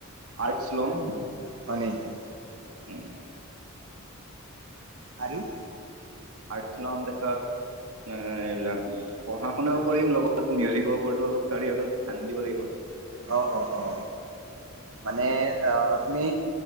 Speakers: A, on the right; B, on the right.
A: আৰ্টছ লম।
B: হয় নেকি।
A: উম।
B: আৰু
A: আৰ্টছ লম। তাৰপাছত ন এইবিলাক পঢ়া শুনাও কৰিম, লগত মিউজিকৰ ওপৰতো অলপ কয়াৰত ধ্যান দিব লাগিব।
B: অ অ অ। মানে অ তুমি